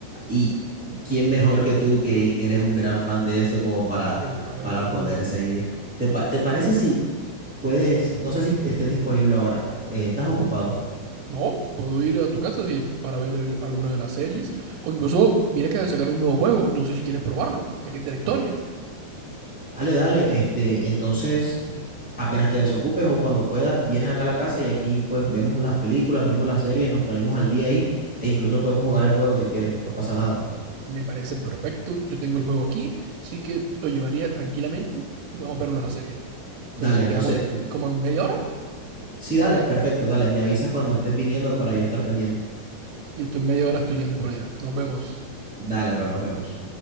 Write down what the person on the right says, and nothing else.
que la veo
aún.
Sí.
No, puedo ir a tu casa si es para ver el- alguna de las series. O incluso, mira que sacar un nuevo juego. No sé si quieres probarlo, ya que es de la historia.
Me parece perfecto. Yo tengo el juego aquí. Así que lo llevaría tranquilamente y podemos verlo en la serie. Entonces,
quedamos
como en media hora.
Listo, en media hora estoy yendo por allá. Nos vemos.